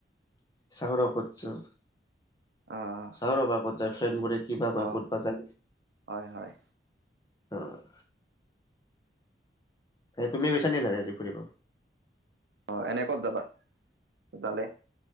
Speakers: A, on the left; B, on the right.
A: চাও ৰ ক'ত যাওঁ।
B: অ',
A: চাও ৰ'বা ক'ত যাওঁ, ফ্ৰেণ্ডবোৰে। কিবা কয়,
B: অ',
A: ক'তবা যায়
B: হয়, হয়,
A: অ', এই তুমি গৈছা নাই আজি ফুৰিব
B: অ', এনে ক'ত যাবা। জালে